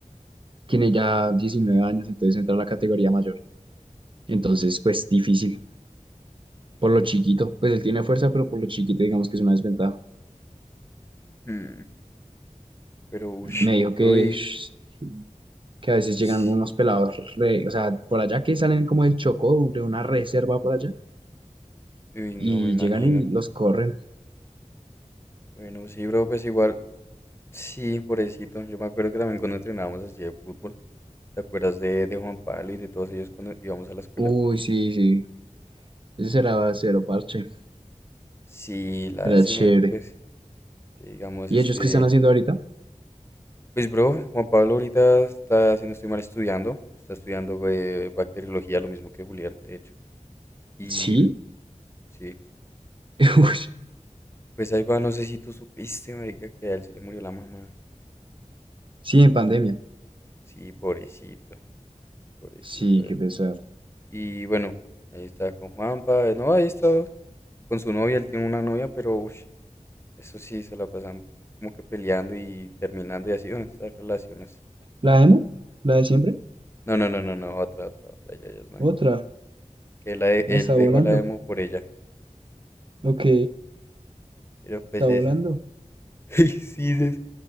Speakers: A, on the right; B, on the left.
A: Tiene ya 19 años, entonces entra a la categoría mayor. Entonces, pues difícil. Por lo chiquito, pues él tiene fuerza, pero por lo chiquito, digamos que es una desventaja.
B: Hmm, Pero ush,
A: Me dijo
B: bro,
A: que,
B: y
A: sh- que a veces
B: sí,
A: llegan unos pelados, re- o sea, por allá que salen como del Chocó, de una reserva por allá,
B: uy, no
A: y
B: me imagino.
A: llegan y los corren.
B: Bueno, sí, bro, pues igual, sí, pobrecito. Yo me acuerdo que también cuando entrenábamos así de fútbol, ¿te acuerdas de, de Juan Pablo y de todos ellos cuando íbamos a la escuela?
A: Uy, sí, sí, ese será cero parche,
B: Sí, lástima
A: era chévere.
B: que pues, que digamos,
A: ¿Y
B: este
A: ellos qué están haciendo ahorita?
B: Pues bro, Juan Pablo ahorita está, si no estoy mal, estudiando, está estudiando eh, bacteriología, lo mismo que Julián, de hecho. Y
A: Sí,
B: sí,
A: <laughs> uy,
B: pues ahí va, no sé si tú supiste, marica, que a él se le murió la mamá.
A: sí, en pandemia.
B: Sí, pobrecito, pobrecito
A: Sí,
B: él.
A: qué pesar.
B: Y bueno, ahí está con Juanpa, eh, no, ahí está con su novia, él tiene una novia, pero ush, eso sí, se la pasan como que peleando y terminando y así, bueno, estas relaciones.
A: ¿La emo? ¿La de siempre?
B: No, no, no, no, no, otra, otra, otra, ya, ya es nueva.
A: Otra,
B: Que la de-
A: ahí
B: él
A: estando.
B: dejó la demo por ella,
A: Ok,
B: pero pues eso.
A: no,
B: <laughs> Y sí, dices,